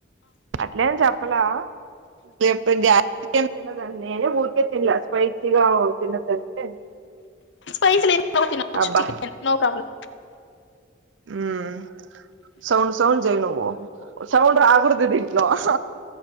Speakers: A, on the right; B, on the left.
A: అట్లేం చెప్పలా చెప్పితే గ్యాస్ తిన్నదా అండి నేనే ఊర్కేన్ లా పైతిగా తిన్నదంటే
B: పైస్ లేద్ తో తినోచ్చు
A: అబ్బా
B: నో ప్రాబ్లం
A: ఉమ్ సౌండ్ సౌండ్ జై నువ్వు సౌండ్ రాగోడ్ దు దీంట్లో ఆ